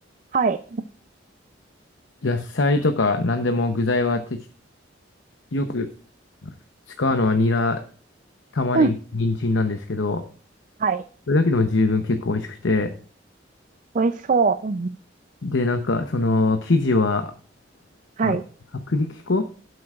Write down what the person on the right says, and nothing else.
<clears throat> はい。
うん。
はい。
美味しそう。うんうん。
はい。